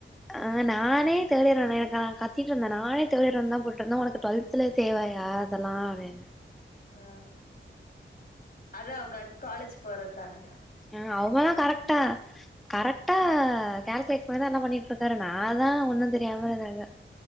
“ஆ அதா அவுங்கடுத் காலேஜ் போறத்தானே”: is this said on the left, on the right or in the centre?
Left